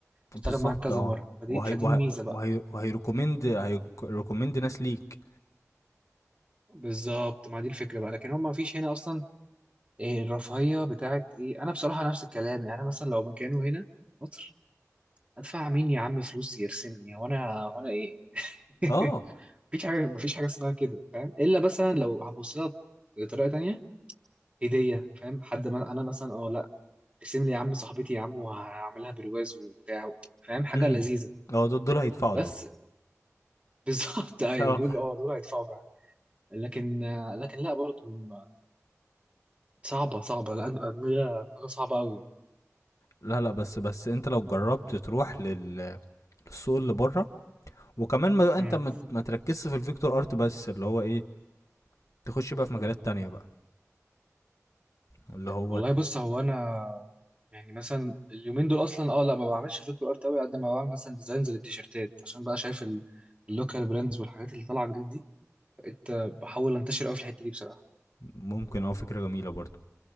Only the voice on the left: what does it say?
بالضبط
آه،
وهي
وه
وهي وهيrecommend هيرك recommend ناس ليك،
آه،
إمم،
آه، دو دول هيدفعوا
دول،
آه،
لا، لأ، بس بس أنت لو جرّبت تروح لل للسوق اللي برّه وكمان ما
انت ما ما تركزش في الفيكتور ارت بس اللي هو ايه تخش بقى في مجالات تانية بقى اللي هو
ممكن اه فكرة جميلة برضو